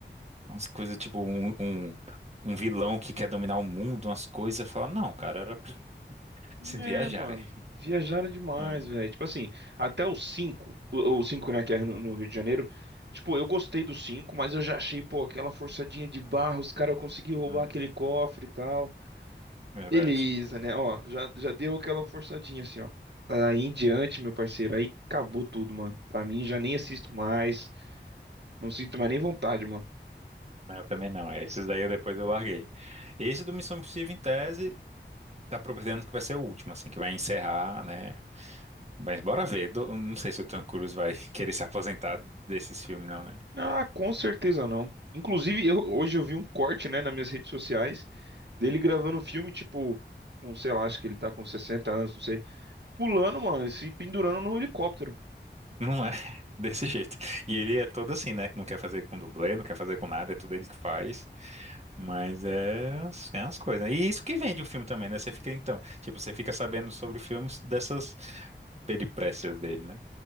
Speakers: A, on the right; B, on the right.
A: Umas coisas tipo um, um, um vilão que quer dominar o mundo, umas coisas. Fala, não, cara, era pra se
B: É,
A: viajar.
B: mano.
A: É,
B: Viajaram demais,
A: é,
B: velho. Tipo assim, até o 5, o o 5, né, que é no, no Rio de Janeiro. Tipo, eu gostei do 5, mas eu já achei, pô, aquela forçadinha de barra, os caras conseguiram roubar
A: hum,
B: aquele cofre e tal.
A: verdade.
B: Beleza, né? Ó, já, já deu aquela forçadinha assim, ó. Aí em diante, meu parceiro, aí acabou tudo, mano. Pra mim, já nem assisto mais. Não sinto mais nem vontade, mano.
A: Eu também não, é. Esses daí eu depois eu larguei. Esse do Missão Impossível, em tese, tá prometendo que vai ser o último, assim, que vai encerrar, né? Mas bora ver. Do- não sei se o Tom Cruise vai querer se aposentar desses filmes, não, né?
B: Ah, com certeza não. Inclusive, eu- hoje eu vi um corte, né, nas minhas redes sociais dele gravando um filme, tipo, com, sei lá, acho que ele tá com 60 anos, não sei, pulando, mano, e se pendurando no helicóptero.
A: Não é <laughs> desse jeito. E ele é todo assim, né? que Não quer fazer com dublê, não quer fazer com nada, é tudo ele que faz. Mas é, as- é umas coisas. né? E isso que vende o filme também, né? Você fica, então, tipo, você fica sabendo sobre o filme dessas peripécias dele, né?